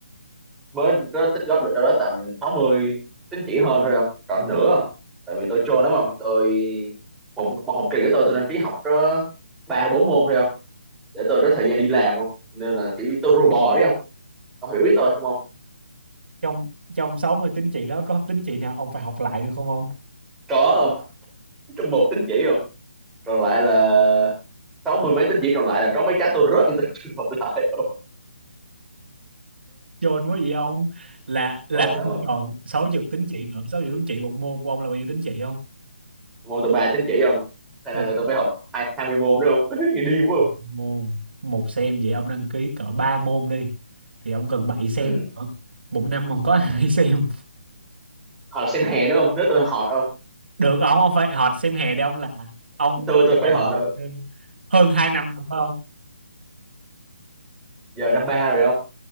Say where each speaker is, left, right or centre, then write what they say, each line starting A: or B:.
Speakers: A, in the centre; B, on the right.
A: mới có tích góp được đâu đó tầm 60 tín chỉ hơn thôi không còn nữa không tại vì tôi trôn lắm không tôi một, một học kỳ của tôi tôi đăng ký học có ba bốn môn thôi không để tôi có thời gian đi làm không nên là chỉ tôi rùa bò đấy không ông hiểu ý tôi không không
B: trong trong 60 tín chỉ đó có tín chỉ nào ông phải học lại được không ông
A: có không trong một tín chỉ không còn lại là sáu mươi mấy tín chỉ còn lại là có mấy trái tôi rớt nhưng tôi chưa học lại không
B: chôn quá vậy ông là là
A: còn lắm
B: ông
A: không
B: còn 60 tín chỉ nữa 60 tín chỉ một môn của ông là bao nhiêu tín chỉ không
A: môn tôi ba tín chỉ không khả
B: một
A: năng là tôi phải học hai hai mươi môn nữa không <laughs> nghĩ điên quá không
B: môn một xem vậy ông đăng ký cỡ 3 môn đi thì ông cần 7 xem
A: ừ.
B: nữa. một năm ông có <laughs> hai xem
A: hoặc là xem hè nữa không nếu tôi họ không
B: được ông ông phải học xem hè đi ông là ông
A: tôi
B: chỉ
A: tôi
B: cần
A: phải họ
B: học
A: đâu
B: thêm hơn 2 năm nữa phải không
A: giờ năm ba rồi không